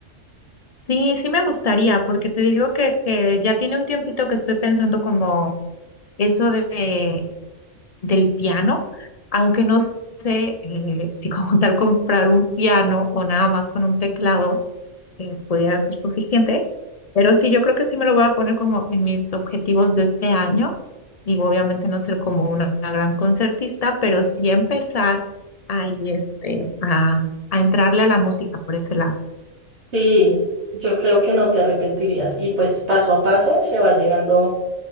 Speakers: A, on the left (about 40°); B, on the right (about 60°).
A: Sí, sí me gustaría, porque te digo que, que ya tiene un tiempito que estoy pensando como eso de, del piano aunque no eh, si como tal comprar un piano o nada más con un teclado eh, pudiera ser suficiente, pero sí, yo creo que sí me lo voy a poner como en mis objetivos de este año. Digo, obviamente no ser como una, una gran concertista, pero sí empezar ahí este, a, a entrarle a la música por ese lado.
B: Sí, yo creo que no te arrepentirías y pues paso a paso se va llegando